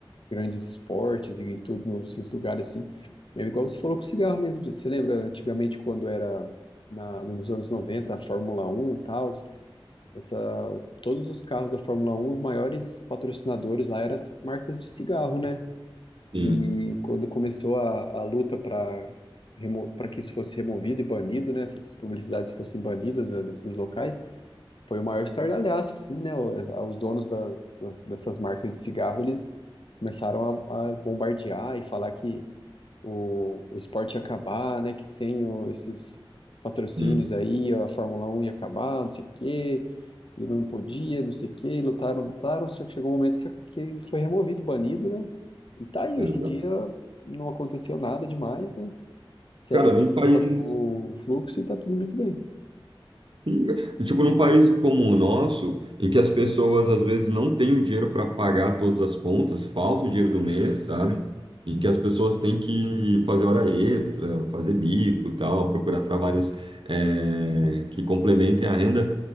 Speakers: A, on the left; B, on the right.
A: grandes esportes e tudo nesses lugares assim. É igual você falou com o cigarro mesmo. Você lembra antigamente quando era na, nos anos 90, a Fórmula Um, e tal, essa, todos os carros da Fórmula Um, os maiores patrocinadores lá eram as marcas de cigarro, né?
B: sim,
A: E quando começou a, a luta para para que isso fosse removido e banido, né, essas publicidades fossem banidas né, desses locais, foi o maior estardalhaço, assim, né? o- a- Os donos da- das- dessas marcas de cigarro, eles começaram a, a bombardear e falar que o, o esporte ia acabar, né? Que sem o- esses patrocínios
B: sim.
A: aí, a Fórmula Um ia acabar, não sei o quê, e não podia, não sei o quê, e lutaram, lutaram, só que chegou um momento que, que foi removido, banido, né? E tá aí,
B: Exato.
A: hoje em dia não aconteceu nada demais, né? Segue,
B: Cara, não
A: seguiu
B: faz.
A: a- o fluxo e tá tudo muito bem.
B: Sim, e, Tipo, num país como o nosso, em que as pessoas às vezes não têm o dinheiro para pagar todas as contas, falta o dinheiro do mês, sabe? Em que as pessoas têm que fazer hora extra, fazer bico e tal, procurar trabalhos eh, que complementem a renda.